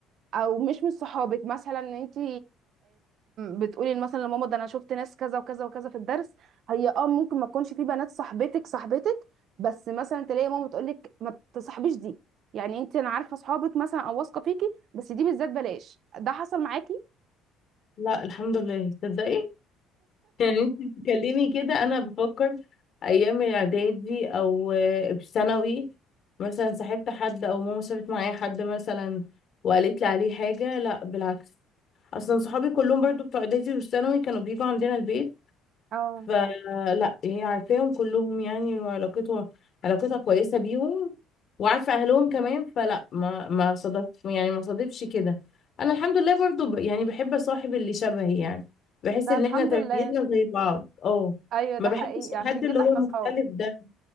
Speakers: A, on the right; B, on the left.
A: او مش من صحابك مثلا ان انت بتقولي مثلا لماما ده انا شفت ناس كذا وكذا وكذا في الدرس هي اه ممكن ما تكونش في بنات صاحبتك صاحبتك بس مثلا تلاقي ماما تقول لك ما تصاحبيش دي يعني انت انا عارفه صحابك مثلا او واثقه فيكي بس دي بالذات بلاش ده حصل معاكي
B: لا الحمد لله تصدقي يعني انت بتتكلمي كده انا بفكر ايام الاعدادي او آه، في ثانوي مثلا صاحبت حد او ماما شافت معايا حد مثلا وقالت لي عليه حاجه لا بالعكس اصلا صحابي كلهم برضو بتوع اعدادي وثانوي كانوا بيجوا عندنا البيت
A: اه
B: فلا هي عارفاهم كلهم يعني وعلاقتها علاقتها كويسة بيهم وعارفة أهلهم كمان فلا ما ما صادف يعني ما صادفش كده أنا الحمد لله برضو ب- يعني بحب أصاحب اللي شبهي يعني بحس
A: ده
B: إن
A: الحمد
B: إحنا تربيتنا
A: لله
B: زي بعض اه
A: ايوه ده
B: ما بحبش
A: حقيقي عشان
B: الحد
A: كده
B: اللي هو
A: احنا
B: مختلف
A: اصحاب
B: ده